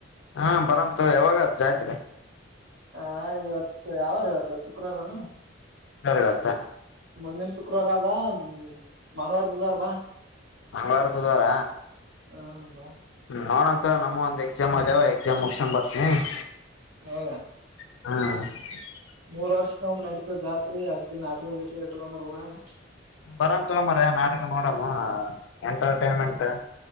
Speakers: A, on the left (about 80°); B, on the right (about 65°).
A: ಹಾ ಬರಮ್ಮತೂ ಯಾವಾಗ ಜಾತ್ರಿ
B: ಹ ಇವತ್ತು ಯಾವಾರ ಇವತ್ತು ಶುಕ್ರವಾರನು
A: ಇವತ್ತ
B: ಮುಂದಿನ ಶುಕ್ರವಾರ ಆದ ಹ್ಮ್ ಮಗಂಳವಾರ ಬುಧವಾರ ಬಾ
A: ಮಂಗಳವಾರ ಬುಧವಾರ
B: ಹಾ, <inaudible> ಹೌದಾ
A: ನೋಡಂತ, ನಮ್, ಒಂದ್ ಎಕ್ಸಾಮ್, ಅದೇವ ಎಕ್ಸಾಮ್, ಮುಗಸೊಂಡ್, ಬರುತ್ತೀನಿ. <inaudible>
B: ಹೌದಾ,
A: ಹಾ.. <inaudible>
B: ಮೂರ್, ವರ್ಷ, ಒಮ್ಮೆ ನಡೆಸಿದ ಜಾತ್ರೆ, ಅಷ್ಟೇನಾ ಆಯ್ತ್ರಿ. <inaudible> ಇನ್ನು ಇಲ್ಲೇ ಇಟ್ಕೊಂಡಿದ್ದಾರೆ ಊರಾಗ. <inaudible>
A: ಬರನ್ ತಗೋ! ಮಾರಾಯ ನಾಳೆಯಿಂದ ನೋಡಮ್. <inaudible> ಎಂಟರ್ಟೈನ್ಮೆಂಟ್, -